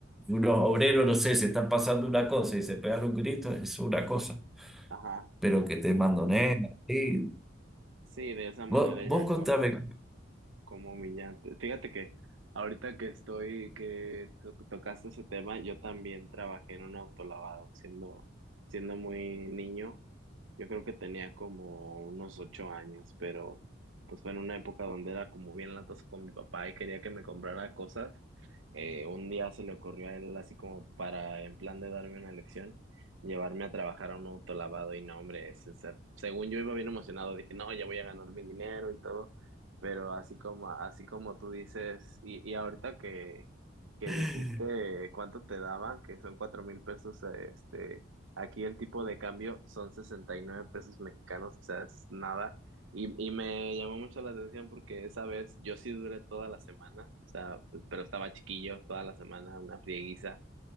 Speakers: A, in the centre; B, on the right.
A: unos obreros, no sé, se están pasando una cosa y se pegan un grito, es una cosa.
B: ajá.
A: Pero que te mandoneen, así.
B: Sí, de esa manera
A: Vos,
B: ya
A: vos contame.
B: como, como humillante. Fíjate que ahorita que estoy, que to- tocaste ese tema, yo también trabajé en un autolavado siendo, siendo muy niño. Yo creo que tenía como unos ocho años, pero pues fue en una época donde era como bien latas con mi papá y quería que me comprara cosas. Eh, un día se le ocurrió a él así como para, en plan de darme una lección, llevarme a trabajar a un autolavado y no, hombre, es- es- según yo iba bien emocionado, dije, no, ya voy a ganar mi dinero y todo, pero así como, así como tú dices, y, y ahorita que, que
A: <laughs>
B: dijiste cuánto te daban, que son cuatro mil pesos, este Aquí el tipo de cambio son 69 pesos mexicanos, o sea, es nada. Y, y me llamó mucho la atención porque esa vez yo sí duré toda la semana, o sea, p- pero estaba chiquillo toda la semana, una frieguiza.